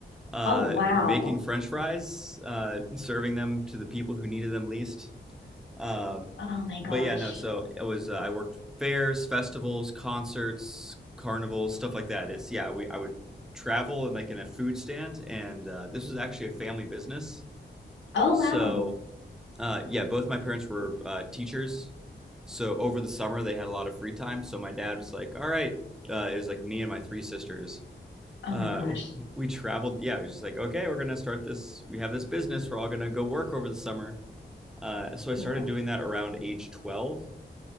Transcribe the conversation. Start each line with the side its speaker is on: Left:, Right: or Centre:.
Centre: uh,
Left: Oh wow.
Centre: making French fries, uh, serving them to the people who needed them least. Um,
Left: Oh my
Centre: but
Left: gosh.
Centre: yeah, no. So it was uh, I worked fairs, festivals, concerts, carnivals, stuff like that. It's yeah, we I would travel and like in a food stand, and uh, this was actually a family business.
Left: Oh
Centre: So
Left: wow.
Centre: uh, yeah, both my parents were uh, teachers, so over the summer they had a lot of free time so my dad was like all right uh, it was like me and my three sisters
Left: Oh
Centre: uh,
Left: my gosh.
Centre: <laughs> we traveled yeah it was just like okay we're gonna start this we have this business we're all gonna go work over the summer uh, so I
Left: Wa-
Centre: started doing that around age 12